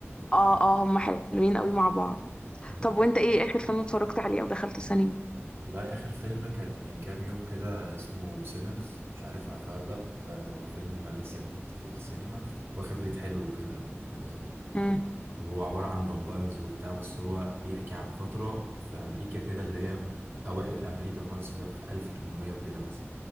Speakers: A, on the left; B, on the right.
A: اه اه هما حلوين قوي مع بعض
B: مم.
A: طب وانت ايه اخر فيلم اتفرجت عليه او دخلته سينما
B: والله آخر فيلم كان من كام يوم كده اسمه سينرز مش عارف عارفه ولا لأ آه، هو فيلم لسه جديد في السينما واخد ريت حلو وكده و-
A: امم
B: وهو عبارة عن فامبايرز وبتاع بس هو بيحكي عن فترة في أمريكا كده اللي هي أوائل أمريكا خالص اللي هو في 1800 وكده مثلا